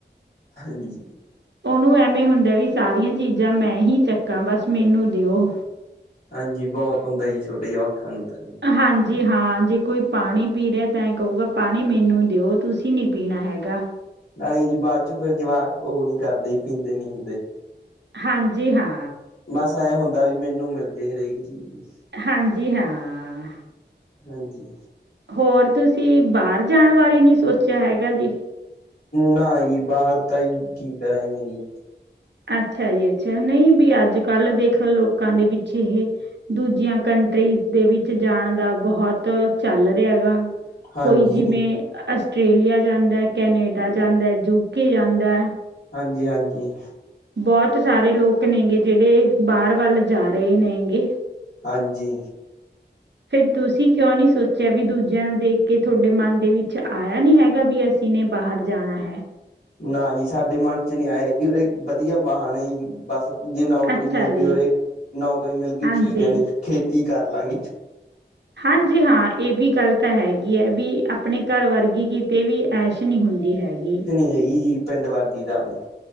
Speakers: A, on the left (about 60°); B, on the right (about 75°).
A: ਹਾਂਜੀ।
B: ਉਹਨੂੰ ਐਵੇਂ ਹੁੰਦਾ ਵੀ ਸਾਰੀਆਂ, ਚੀਜ਼ਾਂ ਮੈਂ ਹੀ ਚੱਕਾਂ ਬਸ ਮੈਨੂੰ ਦਿਓ
A: ਹਾਂਜੀ ਬਹੁਤ ਹੁੰਦਾ ਜੀ, ਛੋਟੇ ਜਿਹੇ ਜਵੱਕਾ ਨੂੰ ਤਾਂ
B: ਹਾਂਜੀ ਹਾਂ, ਜੇ ਕੋਈ ਪਾਣੀ ਪੀ ਰਿਹਾ, ਤਾਂ ਐ ਕਹੂਗਾ, ਪਾਣੀ ਮੈਨੂੰ ਦਿਓ ਤੁਸੀਂ ਨਈ, ਪੀਣਾ ਹੈਗਾ।
A: ਨਾਲੇ ਜੀ, ਬਾਅਦ ਚ ਫਿਰ ਜਵਾਕ ਉਹ ਨਈ, ਕਰਦੇ ਪੀਂਦੇ ਨਈ ਹੁੰਦੇ
B: ਹਾਂਜੀ ਹਾਂ।
A: ਬਸ ਐਂ ਹੁੰਦਾ ਵੀ, ਮੈਨੂੰ ਮਿਲ ਜੇ ਹਰੇਕ ਚੀਜ਼
B: ਹਾਂਜੀ ਹਾਂ।
A: ਹਾਂਜੀ
B: ਹੋਰ ਤੁਸੀਂ, ਬਾਹਰ ਜਾਣ ਬਾਰੇ ਨਈ ਸੋਚਿਆ ਹੈਗਾ ਜੀ?
A: ਨਾ ਜੀ ਬਾਹਰ ਤਾਂ, ਹੀ ਕੀ ਕਰਾਗੇ ਜੀ
B: ਅੱਛਾ ਜੀ ਅੱਛਾ, ਨਈ ਜੀ ਅੱਜ- ਕੱਲ੍ਹ ਦੇਖੋ ਲੋਕਾਂ ਦੇ ਪਿੱਛੇ ਇਹ ਦੂਜੀਆਂ, ਕੰਟਰੀਜ਼ ਦੇ ਵਿੱਚ ਜਾਣ ਦਾ, ਬਹੁਤ ਚੱਲ ਰਿਹਾ ਹੈਗਾ ਕੋਈ
A: ਹਾਂਜੀ
B: ਜਿਵੇਂ, ਆਸਟ੍ਰੇਲੀਆ ਜਾਂਦਾ, ਕੈਨੇਡਾ ਜਾਂਦਾ, ਯੂਕੇ ਜਾਂਦਾ
A: ਹਾਂਜੀ -ਹਾਂਜੀ
B: ਬੋਤ ਸਾਰੇ ਲੋਕ ਨੇਗੇ ਜੇੜੇ ਬਾਰ ਵੱਲ ਜਾ ਰੇ ਨੇਗੇ।
A: ਹਾਂਜੀ।
B: ਫੇਰ ਤੁਸੀਂ ਕਯੋਂ ਨੀ ਸੋਚੇਆ ਵੀ ਦੂਜਿਆਂ ਨੂੰ ਦੇਖ ਕੇ ਥੋਡੇ ਮਨ ਦੇ ਵਿੱਚ ਆਇਆ ਨਹੀਂ ਹੈਗਾ ਵੀ ਅਸ ਸੀ ਨੇ ਬਾਹਰ ਜਾਣਾ ਹੈ।
A: ਨਾ ਜੀ ਸਾਡੇ ਮਨ 'ਚ ਨੀ ਆਏ ਕਿਧਰੇ ਵਦੀਆ ਵਾਹਨ ਐ ਜੀ। ਬਸ ਜੇ ਨੌਕਰੀ
B: ਅੱਛਾ
A: ਮਿਲ
B: ਜੀ
A: ਗੀ ਉਰੇ, ਨੌਕਰੀ ਮਿਲ ਗਈ
B: ਹਾਂਜੀ
A: ਠੀਕ ਐ, ਨਈ ਖੇਤੀ ਕਰ ਲਾਂਗੇ।
B: ਹਾਂਜੀ ਹਾਂ ਏ ਵੀ ਗੱਲ ਤਾਂ ਹੈਗੀ ਐ ਵੀ ਆਪਣੇ ਘਰ ਵਰਗੀ ਕਿਤੇ ਵੀ ਐਸ਼ ਨੀ ਹੁੰਦੀ ਹੈਗੀ।
A: ਹੈਹੀ ਜੀ, ਪਿੰਡ ਵਰਗੀ ਦਾ <unintelligible>